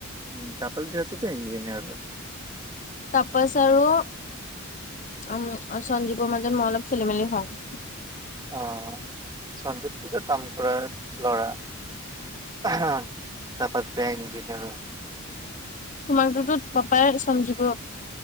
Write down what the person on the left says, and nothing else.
তপাছ আৰু উ সঞ্জীৱৰ মাজত মই অলপ খেলি-মেলি হল।
তোমাকটোতোত পাপাই সঞ্জীৱু